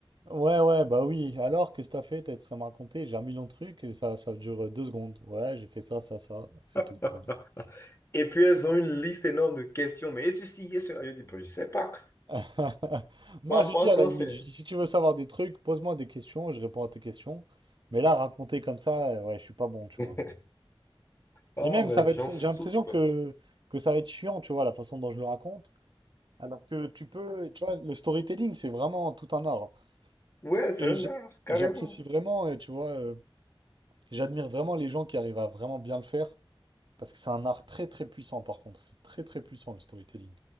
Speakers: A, on the right (about 55°); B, on the left (about 25°).
A: Ouais, ouais, bah oui. Alors, qu'est-ce que t'as fait? T'as très me raconter. J'ai un million de trucs et ça, ça dure euh, deux secondes. Ouais, j'ai fait ça, ça, ça. C'est
B: <laughs>
A: tout. je
B: Et puis elles ont une liste énorme de questions, mais et ceci, et cela, je dis, ben, je sais pas.
A: <laughs> Moi,
B: Parfois,
A: j'ai dit à la
B: quand
A: limite,
B: c'est...
A: j'ai dit, si tu veux savoir des trucs, pose-moi des questions, je réponds à tes questions. Mais là, raconter comme ça, euh, ouais, je suis pas bon, tu
B: <laughs>
A: vois.
B: Ah,
A: Et même,
B: mais
A: ça va être,
B: j'en souffre.
A: j'ai l'impression que, que ça va être chiant, tu vois, la façon dont je le raconte. Alors que tu peux, tu vois, le storytelling, c'est vraiment tout un art.
B: Ouais, c'est
A: Et
B: un
A: j'a-
B: art, carrément.
A: et j'apprécie vraiment, et tu vois, euh, j'admire vraiment les gens qui arrivent à vraiment bien le faire. Parce que c'est un art très très puissant, par contre. C'est très très puissant, le storytelling.